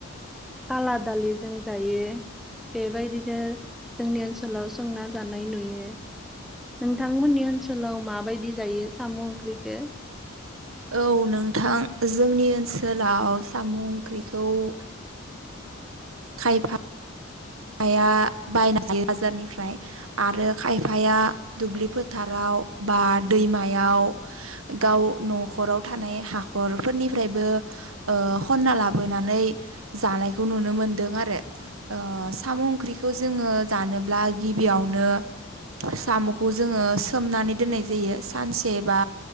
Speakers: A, in the centre; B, on the right.
A: काला दालिजों जायो बेबायदिनो जोंनि ओनसोलाव संना जानाय नुयो नोंथांमोननि ओनसोलाव माबायदि जायो साम' ओंख्रिखौ
B: औ नोंथां जोंनि ओनसोलाव साम' ओंख्रिखौ ओ खायफा खायफाया बायना जायो बाजारनिफ्राय आरो खायफाया दुब्लि फोथाराव बा दैमायाव गाव न'खराव थानाय हाखरफोरनिफ्रायबो ओ खनना लाबोनानै जानायखौ नुनो मोनदों आरो ओ साम' ओंख्रिखौ जोङो जानोब्ला गिबियावनो साम'खौ जोङो सोमनानै दोननाय जायो सानसे बा